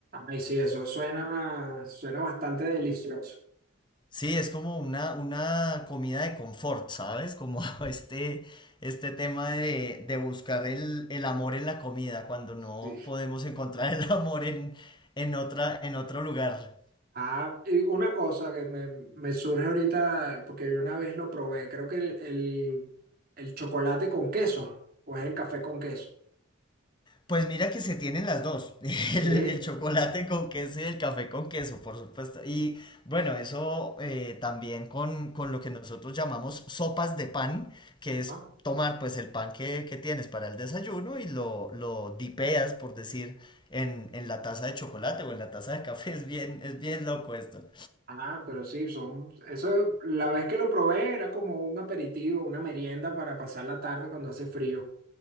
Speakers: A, on the right (about 45°); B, on the left (about 20°).
A: Ay, sí, eso suena, suena bastante delicioso.
B: Sí, es como una, una comida de confort, ¿sabes? Como <laughs> este, este tema de, de buscar el, el amor en la comida cuando no
A: Sí.
B: podemos encontrar el <laughs> amor en, en otra, en otro lugar.
A: Ah, y una cosa que me, me surge ahorita, porque yo una vez lo probé, creo que el, el, el chocolate con queso, o es el café con queso.
B: Pues mira que se tienen las dos, <laughs> el,
A: Sí.
B: el chocolate con queso y el café con queso, por supuesto. Y bueno, eso eh, también con, con lo que nosotros llamamos sopas de pan, que es
A: Ah,
B: tomar pues el pan que, que tienes para el desayuno y lo, lo dipeas, por decir, en, en la taza de chocolate o en la taza de café. <laughs> Es bien, es bien loco esto.
A: Ah, pero sí, son, eso, la vez que lo probé era como un aperitivo, una merienda para pasar la tarde cuando hace frío.